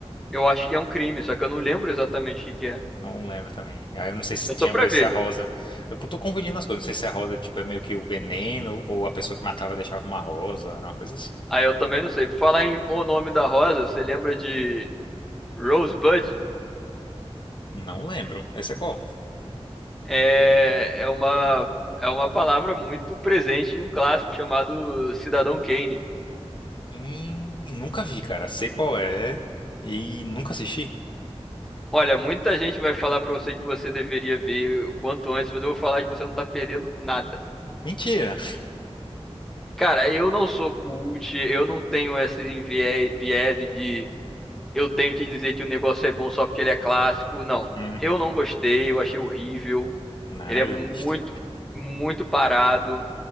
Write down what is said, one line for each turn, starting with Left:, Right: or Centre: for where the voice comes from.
Centre: Eu acho que é um crime, só que eu não lembro exatamente o que que é.
Left: Não lembro também. Aí eu não sei se
Centre: Eu
Left: tinha
Centre: tô pra
Left: a ver
Centre: ver.
Left: se a Rosa. Eu tô confundindo as coisas. Não sei se a Rosa, tipo, é meio que o veneno, ou a pessoa que matava deixava uma rosa, era uma coisa assim.
Centre: Aí eu também não sei. Por falar em O Nome da Rosa, você lembra de Rosebud?
Left: Não lembro. Esse é qual?
Centre: É, é uma, é uma palavra muito presente em um clássico chamado Cidadão Kane.
Left: Hum, nunca vi, cara. Sei qual é. E nunca assisti.
Centre: Olha, muita gente vai falar pra você que você deveria ver o quanto antes, mas eu vou falar que você não tá perdendo nada.
Left: Mentira.
Centre: Cara, eu não sou cult, eu não tenho esses envie- vieses de eu tenho que dizer que o negócio é bom só porque ele é clássico. Não,
Left: Uhum.
Centre: eu não gostei, eu achei horrível.
Left: Não,
Centre: Ele
Left: é
Centre: é muito,
Left: justo.
Centre: muito parado.